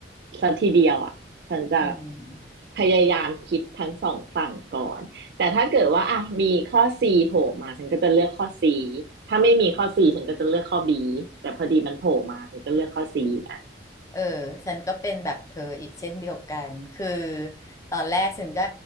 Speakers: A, on the right; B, on the left.
A: สัทีเดียวอะฉันจะ
B: อืม
A: พยายามคิดทั้งสองฝั่งก่อนแต่ถ้าเกิดว่าอะมีข้อ C โผล่มาฉันก็จะเลือกข้อ C ถ้าไม่มีข้อ C ฉันก็จะเลือกข้อ B แต่พอดีมันโผล่มาฉันก็เลือกข้อ C อะ
B: เออฉันก็เป็นแบบเธออีกเช่นเดียวกันคือตอนแรกฉันก็